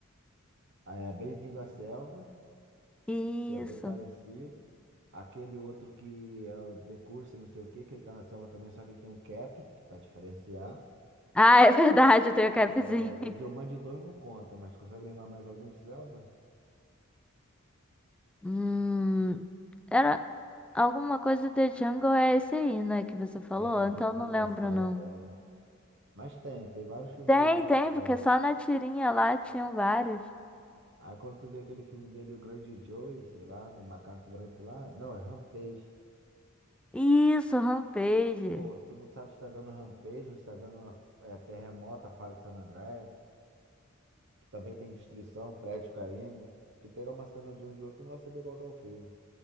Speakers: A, on the right; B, in the centre.
A: é Bem-vindo à Selva,
B: isso.
A: que é bem parecido. Aquele outro que é o The Curso, não sei o quê, que ele tá na selva também, só que ele tem um cap, que pra diferenciar.
B: Ah, é verdade, eu tenho capzinho.
A: É, e Jumanji
B: <laughs>
A: 2 não conta, mas consegue lembrar mais algum de selva?
B: Hum, era alguma coisa de Jungle é esse aí, né, que você falou?
A: É, Bem-vindo
B: Então não lembro,
A: à Selva,
B: não.
A: é. Mas tem, tem vários filmes
B: Tem,
A: dele aí,
B: tem,
A: self.
B: porque só na tirinha lá tinham vários.
A: Aí quando tu vê aquele filme dele, O Grande Joey, sei lá, do macaco branco lá, não, é Rampage.
B: Isso, Rampage.
A: Pô, tu não sabe se tá vendo Rampage ou se tá vendo uma, é, Terremoto, a Falha de San Andreas, que também tem destruição, prédio caindo. Tu pega uma cena de um de outro, tu não vai saber qual que é o filme.